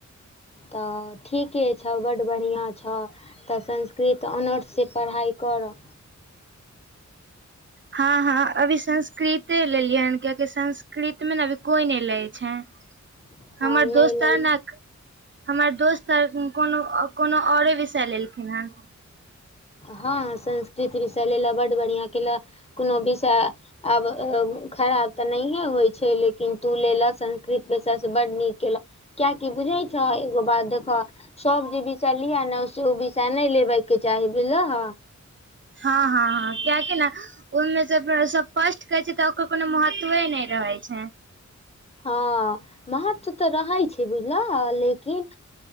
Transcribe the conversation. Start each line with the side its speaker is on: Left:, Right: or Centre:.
Left: तऽ ठीके छऽ बड्ड बढ़ियां छऽ। तऽ संस्कृत ऑनर्स सँ पढ़ाय करऽ।
Right: हँ हँ अभी संस्कृते लेलियै हें कियाकि संस्कृत में न अभी कोय नै लै छैय।
Left: <inaudible>
Right: हमर
Left: हँ नहि
Right: दोस्तो
Left: लै
Right: नक। हमर दोस्त और कोनो -कोनो औरे विषय लेलखिन हें।
Left: हँ संस्कृत विषय लेलऽ बड्ड बढ़ियां केलऽ कोनो विषय। आब खराब तऽ नैहे होय छैय लेकिन तू ले लऽ संस्कृत विषय सँ बड्ड नीक केलऽ। किय कि बुझै छऽ एगो बात देखऽ। सब जे विषय लिअ ने से उ विषय नैय लेबे के चाही बुझलहऽ।
Right: हँ हँ हँ कियाकि न। ओय में सब फर्स्ट करे छै तऽ ओकर कोनो महत्वे नैय रहेै छैय।
Left: हँ, महत्व तऽ रहै छैय बुझलहऽ लेकिन।